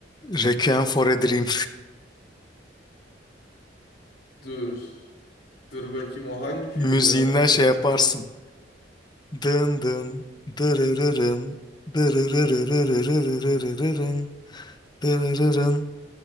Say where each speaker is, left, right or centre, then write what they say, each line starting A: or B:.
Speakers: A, on the left; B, on the left.
A: Requiem for a Dream.
B: Dur. Dur bakayım o hangi
A: <laughs>
B: filmdi?
A: Müziğinden
B: Ha, Dur şu
A: şey
B: an çıkarama.
A: yaparsın. Dın dın dırırırın dırırırırırırırırın dırırırın